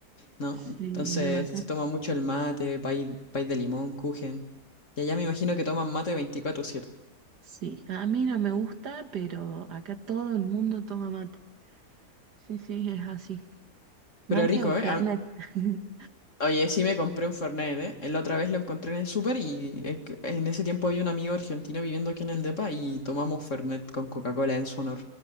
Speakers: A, on the left; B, on the right.
A: ¿no?
B: Sí,
A: Entonces
B: no, acá
A: se toma mucho el mate, país, de limón, kuchen. Y allá me imagino que toman mate veinticuatro siete
B: sí. A mí no me gusta, pero acá todo el mundo toma mate. Sí, sí, es así. Mate
A: Pero rico,
B: o Fernet.
A: ¿eh? A-
B: <laughs>
A: Oye, sí me compré un Fernet, ¿eh? Eh, La otra vez lo encontré en el súper y eh, que- en ese tiempo había un amigo argentino viviendo aquí en el depa y tomamos Fernet con Coca-Cola en su honor.